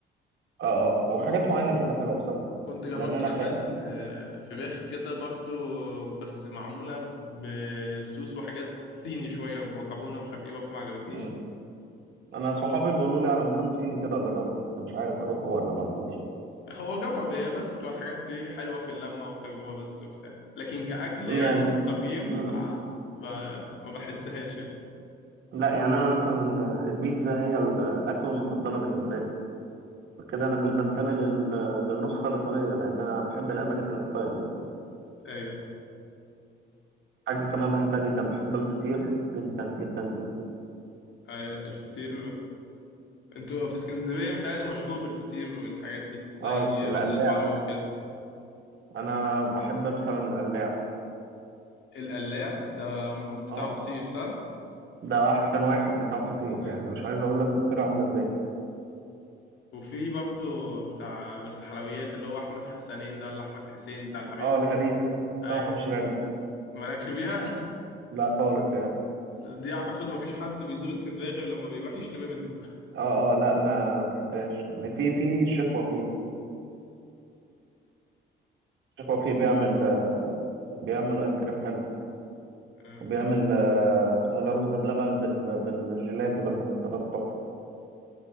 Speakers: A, on the right (about 70°); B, on the left (about 75°).
A: اه اه هو
B: وكنت
A: حاجات معينه فيه اللي حلوه بصراحه
B: كنت جربت
A: لان انا
B: كمان
A: فا
B: آه، فراخ كده برضه بس معموله بصوص وحاجات صيني شويه بمكرونه مش عارف ايه برضه ما عجبتنيش
A: أمم. انا صحابي بيقولوا لي على مكان صيني كده اجربه بس مش عارف اروحه ولا ما اروحش
B: هو جرب هي بس بتبقى الحاجات دي حلوه في اللمه والتجربه بس وبتاع لكن كاكل
A: أمم.
B: يعني
A: يعني
B: تقييم
A: أمم.
B: آه، ما ما بحسهاش يعني.
A: لا يعني انا مثلا البيتزا هي ال- الاكله المفضله بالنسبه لي كده انا مش بنتمي لل- للنسخه الايطاليه لان انا بحب الامريكان ستايل
B: ايوه
A: حاجة كمان بحبها جدا بحب الفطير جدا جدا جدا
B: أيوة، الفطير انتوا في اسكندرية متهيألي مشهور بالفطير والحاجات دي زي
A: اه القلاع
B: راس البر وكده
A: انا بحب مثلا القلاع
B: القلاع ده بتاع
A: اه
B: فطير صح؟
A: ده احسن واحد بتاع فطير
B: يعني.
A: يعني مش عايز اقول لك الفطير عامله ازاي
B: وفي برضه بتاع بس حلويات اللي هو أحمد حسنين ده ولا أحمد حسين بتاع الهريسة
A: اه الهريسه بس
B: أيوة
A: انا ما بحبش الهريسه
B: مالكش بيها
A: لا خالص يعني
B: <laughs> دي أعتقد مفيش حد بيزور اسكندرية غير لما بيروح يشتري منه
A: اه اه لا ما بحبهاش يعني في في الشيخ وفيق الشيخ وفيق بيعمل بيعمل ايس كريم حلو
B: آه،
A: وبيعمل آه، اسمه إيه ده رز بلبن بال... بالجيلاتي بالمكسرات تحفه